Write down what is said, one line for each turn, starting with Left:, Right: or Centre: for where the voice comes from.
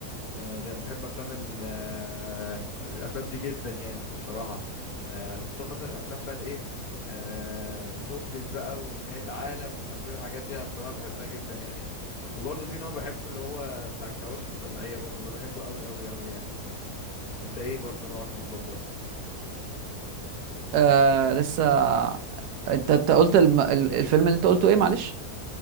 Left: آه، ده- بحب افلام ال- آه، الافلام دي جدا يعني بصراحة آه، خصوصا مثلا افلام بقى الايه آه، زومبيز بقى ونهاية عالم ومش عارف ايه والحاجات دي انا بصراحة بحبها جدا يعني وبرضه في نوع بحبه اللي هو بتاع الكوارث الطبيعية برضه ده بحبه قوي قوي قوي يعني انت ايه برضه نوعك المفضل
Right: آه لسه انت انت قلت الم... ال- الفيلم اللي انت قلته ايه معلش